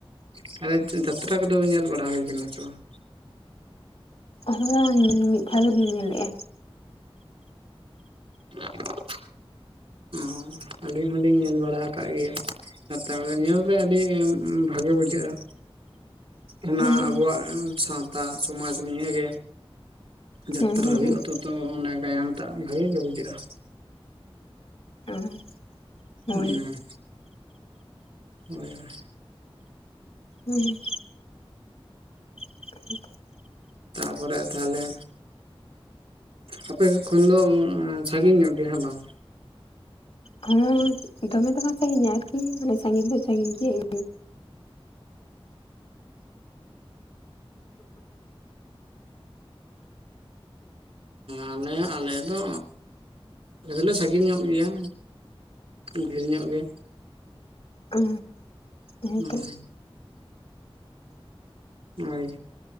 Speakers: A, on the right; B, on the left.
A: ᱛᱟᱦᱚᱞᱮ ᱡᱟᱛᱨᱟ ᱠᱚᱫᱚ ᱧᱮᱞ ᱵᱟᱲᱟ ᱦᱩᱭ ᱠᱟᱱᱟ ᱥᱮ ᱵᱟᱝ?
B: ᱦᱳᱭ ᱢᱤᱫ ᱫᱷᱟᱣ ᱫᱚᱤᱧ ᱧᱮᱞ ᱞᱮᱫᱼᱟ᱾
A: <inaudible> ᱚ ᱟᱹᱞᱤᱧ ᱦᱚᱞᱤᱧ ᱧᱮᱞ ᱵᱟᱲᱟ ᱟᱠᱟᱫ ᱜᱮᱭᱟ ᱡᱟᱛᱨᱟ ᱠᱚᱫᱟ ᱧᱮᱞ ᱨᱮ ᱟᱹᱰᱤᱼᱼ ᱵᱷᱟᱜᱮ ᱵᱩᱡᱷᱟᱹᱜᱼᱟ ᱚᱱᱟ
B: ᱦᱮᱸ
A: ᱟᱵᱚᱣᱟᱜ ᱥᱟᱶᱛᱟᱼᱼ ᱥᱚᱢᱟᱡᱽ ᱱᱤᱭ ᱜᱮ ᱡᱟᱛᱨᱟ
B: ᱦᱮᱸ ᱦᱮᱸ
A: ᱦᱩᱭᱩᱜᱼᱟ ᱛᱚ ᱛᱚ ᱚᱸᱱᱮ ᱜᱟᱭᱟᱱ ᱢᱟᱜ ᱵᱷᱟᱜᱤ ᱜᱮ ᱵᱩᱡᱷᱟᱹᱜᱼᱟ᱾
B: ᱦᱮᱸ ᱦᱳᱭ
A: ᱮᱸ ᱦᱳᱭ ᱦᱳᱭ
B: ᱦᱩᱸ <inaudible>
A: ᱛᱟᱨᱯᱚᱨᱮ ᱛᱟᱦᱞᱮ ᱟᱯᱮ ᱥᱮᱫ ᱠᱷᱚᱱ ᱫᱚ ᱥᱟᱺᱜᱤᱧ ᱧᱚᱜ ᱜᱮᱭᱟ ᱦᱮᱸ ᱵᱟᱝ?
B: ᱦᱚᱸ ᱫᱚᱢᱮ ᱫᱚᱵᱟᱝ ᱥᱟᱹᱜᱤᱧᱟ ᱟᱨᱠᱤ ᱢᱟᱱᱮ ᱥᱟᱺᱜᱤᱧ ᱫᱚ ᱥᱟᱹᱜᱤᱧ ᱜᱮᱭᱟ᱾
A: ᱟᱞᱮ ᱟᱞᱮ ᱫᱚ ᱟᱞᱮ ᱫᱚᱞᱮ ᱥᱟᱺᱜᱤᱧ ᱧᱚᱜ ᱜᱮᱭᱟ᱾ ᱰᱷᱮᱨ ᱧᱚᱜ ᱜᱮ᱾
B: ᱚ ᱦᱳᱭ
A: ᱦᱩᱸ
B: ᱛᱚ
A: ᱦᱳᱭ